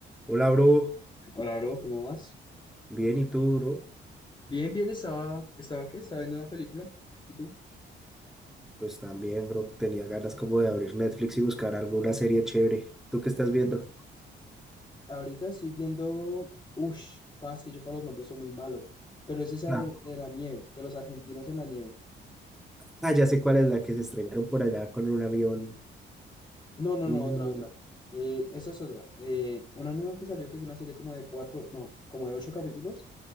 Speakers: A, in the centre; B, on the left (about 20°).
A: Hola, bro.
B: Hola, bro, ¿cómo vas?
A: Bien, ¿y tú, bro?
B: Bien, bien, estaba, estaba, ¿qué? Estaba viendo una película. ¿Y tú?
A: Pues también, bro. Tenía ganas como de abrir Netflix y buscar alguna serie chévere. ¿Tú qué estás
B: Sí,
A: viendo?
B: ahorita estoy viendo. Ush, paz, que yo para los nombres soy muy malo. Pero es esa
A: Ah,
B: de, de la nieve, de los argentinos en la nieve.
A: Ah, ya sé cuál es la que se estrellaron por allá con un avión.
B: No, no,
A: Uh,
B: no, otra, otra. Eh, esa es otra. Eh, una nueva que salió que es una serie como de cuatro, no, como de ocho capítulos,